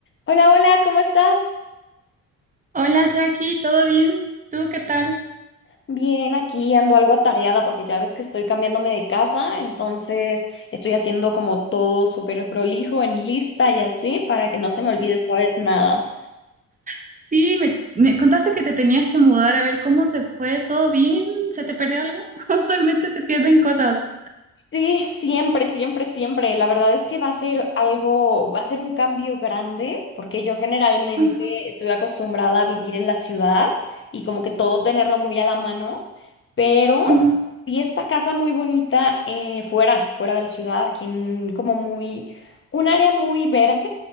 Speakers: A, on the left; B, on the right.
A: Hola, hola, ¿cómo estás?
B: Hola Jackie, ¿todo bien? ¿Tú qué tal?
A: Bien, aquí ando algo atareada porque ya ves que estoy cambiándome de casa, entonces estoy haciendo como todo súper prolijo en lista y así para que no se me olvide esta vez nada.
B: Sí, me, me contaste que te tenías que mudar, a ver cómo te fue, ¿todo bien? ¿Se te perdió algo? <laughs> Usualmente se pierden cosas.
A: Sí, siempre, siempre, siempre. La verdad es que va a ser algo, va a ser un cambio grande, porque yo generalmente
B: Ujú,
A: estoy acostumbrada a vivir en la ciudad y como que todo tenerlo muy a la mano, pero
B: ujú.
A: vi esta casa muy bonita eh, fuera, fuera de la ciudad, aquí en como muy, un área muy verde